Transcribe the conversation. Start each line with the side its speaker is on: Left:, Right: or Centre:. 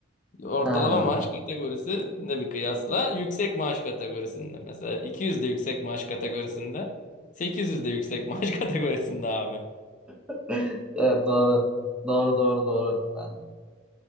Left: ortalama
Centre: Ha.
Left: maaş kategorisinde bir kıyasla yüksek maaş kategorisinde. Mesela 200 de yüksek maaş kategorisinde, 800 de yüksek maaş <laughs> kategorisinde abi.
Centre: <laughs> Evet, doğru. Doğru doğru doğru. Ben